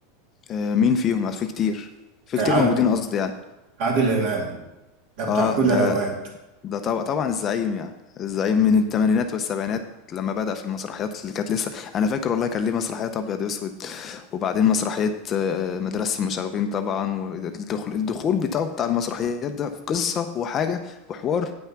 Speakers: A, on the left (about 25°); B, on the right (about 50°).
A: آه، مين فيهم يعني في كتير في
B: آه،
A: كتير
B: عاد-
A: موجودين قصدي يعني
B: عادل إمام ده بتاع
A: اه
B: كل
A: ده
B: الأوقات
A: ده طبعا طبعا الزعيم يعني الزعيم من الثمانينات والسبعينات لما بدأ في المسرحيات اللي كانت لسه انا فاكر والله كان ليه مسرحيات ابيض واسود وبعدين مسرحية آه، مدرسة المشاغبين طبعا والدخول الدخول بتاعه بتاع المسرحيات ده في قصة وحاجة وحوار